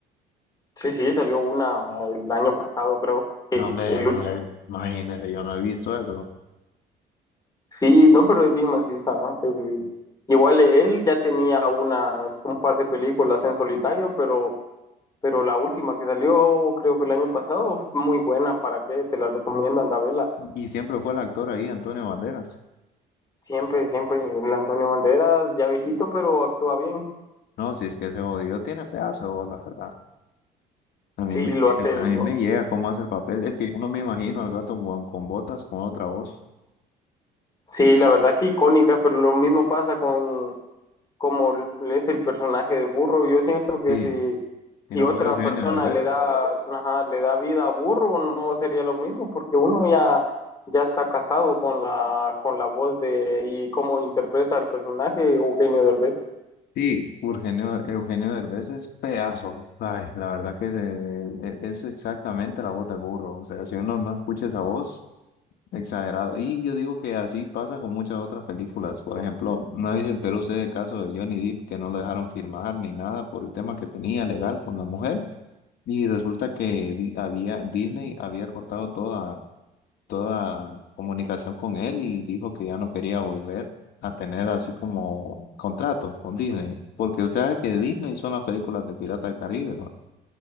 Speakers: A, on the left; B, on the left.
A: Sí, sí, salió una el año pasado, creo. que
B: No, hombre,
A: El,
B: no le, imagínese, yo no he visto eso.
A: Sí, no, pero es bien maciza. ¿no? El- igual él ya tenía unas, un par de películas en solitario, pero, pero la última que salió, creo que el año pasado, fue muy buena. ¿Para qué? Te la recomiendo, anda, vela.
B: Y siempre fue el actor ahí, Antonio Banderas.
A: Siempre, siempre, el Antonio Banderas, ya viejito, pero actúa bien.
B: No, si es que ese jodido tiene pedazo de bola, ¿verdad? A mí
A: Sí,
B: me llega,
A: lo hace.
B: a
A: lo-
B: mí me llega cómo hace el papel. Es que yo no me imagino al gato con, con botas, con otra voz.
A: sí, la verdad que icónica, pero lo mismo pasa con, como es el personaje de Burro. Yo siento que
B: Sí,
A: si,
B: y
A: si
B: no
A: otra
B: fuera Eugenio
A: persona
B: Derbez.
A: le da, ajá, le da vida a Burro, no sería lo mismo, porque uno ya, ya está casado con la, con la voz de y cómo interpreta el personaje Eugenio Derbez.
B: Sí, Eugenio, Eugenio Derbez es pedazo. Ay, la verdad que es, el- es exactamente la bota del burro. O sea, si uno no escucha esa voz, Exagerado. Y yo digo que así pasa con muchas otras películas. Por ejemplo, no se enteró usted el caso de Johnny Depp que no lo dejaron firmar ni nada por el tema que tenía legal con la mujer. Y resulta que di- había, Disney había cortado toda, toda comunicación con él y dijo que ya no quería volver a tener así como contrato con Disney. Porque usted sabe que Disney son las películas de Pirata del Caribe, ¿no?